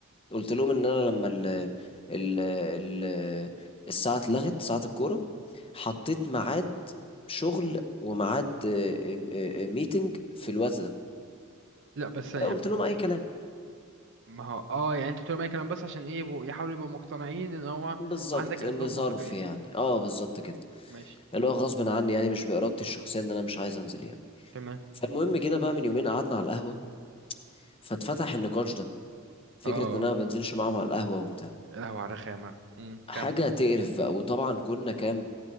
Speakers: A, on the left; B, on the right.
A: قلت لهم ان انا لما ال ال ال الساعه اتلغت ساعه الكوره حطيت ميعاد شغل وميعاد آه، آه، آه، ميتنج في الوقت ده
B: لا بس يعني
A: قلت لهم اي كلام
B: ما هو اه يعني انت بتقول اي كلام بس عشان ايه يبقوا- يحاولوا يبقوا مقتنعين ان هو
A: بالظبط
B: عندك
A: ان
B: اسباب منطقية
A: ظرف يعني اه بالظبط كده
B: ماشي
A: اللي هو غصب عني يعني مش بارادتي الشخصيه ان انا مش عايز انزل يعني
B: تمام
A: فالمهم جينا بقى من يومين قعدنا على القهوه فاتفتح النقاش ده فكره
B: اه
A: ان انا ما بنزلش معاهم على القهوه وبتاع
B: يا لهوي على رخامة امم
A: حاجه
B: كمل
A: تقرف بقى وطبعا كنا كام